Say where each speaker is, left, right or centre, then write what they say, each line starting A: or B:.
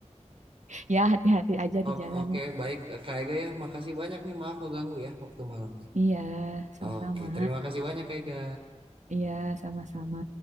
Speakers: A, on the right; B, on the right.
A: Ya hati-hati aja
B: Oke,
A: di jalan
B: oke,
A: lah.
B: baik, Kak Ega ya, makasih banyak nih. Maaf ngeganggu ya waktu malamnya.
A: Iya, sama-sama.
B: Oke, terima kasih banyak Kak Ega.
A: Iya, sama-sama.